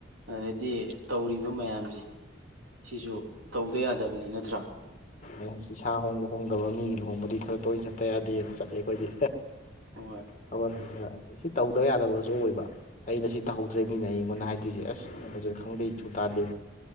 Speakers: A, on the right (about 80°); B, on the left (about 40°).
A: ꯑꯗꯩꯗꯤ ꯇꯧꯔꯤꯕ ꯃꯌꯥꯝꯖꯦ ꯁꯤꯖꯨ ꯇꯧꯗ ꯌꯥꯗꯕꯅꯤ ꯅꯠꯇ꯭ꯔꯥ
B: ꯑꯣꯁ ꯏꯁꯥ ꯍꯣꯡꯕ ꯍꯣꯡꯗꯕ ꯃꯤꯒꯤ ꯂꯨꯍꯣꯡꯕꯗꯤ ꯈꯔ ꯇꯣꯢꯅ ꯆꯠꯇ ꯌꯥꯗꯦꯅ ꯆꯠꯂꯦ ꯈꯣꯢꯗꯤ
A: ꯍꯣꯏ
B: ꯊꯕꯛ ꯅ ꯁꯤ ꯇꯧꯗ ꯌꯥꯗꯕꯁꯨ ꯑꯣꯢꯕ ꯑꯩꯅ ꯁꯤ ꯇꯧꯍꯧꯗ꯭ꯔꯗꯤꯅꯩ ꯑꯩꯉꯣꯟꯗ
A: ꯎꯝ
B: ꯍꯥꯢꯗꯨꯢꯖꯦ ꯑꯁ ꯈꯪꯗꯦ ꯆꯨ ꯇꯥꯗꯦ